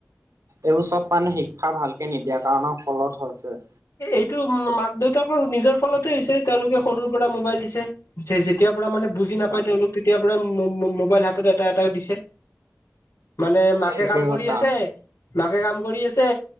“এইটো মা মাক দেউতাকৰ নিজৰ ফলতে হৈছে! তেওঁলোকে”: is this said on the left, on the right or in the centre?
Left